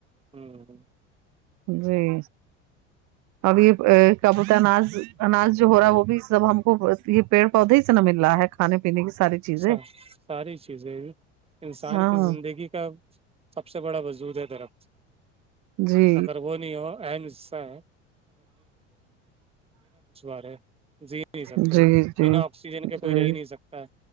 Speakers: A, on the right (about 15°); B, on the right (about 50°).
A: ہوں
B: جی اور یہ کبوتا اناج انج جو ہو رہا ہے وہ بھی سب ہم کو یہ پیڑ پودے ہی سے نہ مل رہا ہے کھانے پینے کی ساری چیزیں
A: اچا ساری چیزیں انسان
B: ہاں
A: کی زندگی کا سب سے بڑا وجود ہے درف
B: جی
A: اگر وہ نہیں ہو اہم حصہ ہے ارے جی نہیں سکتے
B: جی جی
A: بنا آکسیجن
B: جی
A: کے کوئی رہ ہی نہیں سکتا